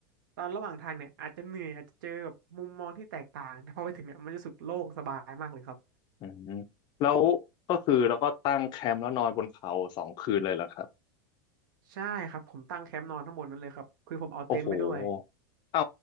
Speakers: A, on the right; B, on the left.
A: ตอนระหว่างทางเนี่ยอาจจะเหนื่อยอาจจะเจอแบบมุมมองที่แตกต่างแต่พอไปถึงเนี่ยมันจะรู้สึกโล่งสบายมากเลยครับ
B: อืมแล้วก็คือเราก็ตั้งแคมป์แล้วนอนบนเขาสองคืนเลยเหรอครับ
A: ใช่ครับผมตั้งแคมป์นอนทั้งหมดนั้นเลยครับคือผมเอาเต็นท์ไปด้วย
B: โอ้โหเอ้า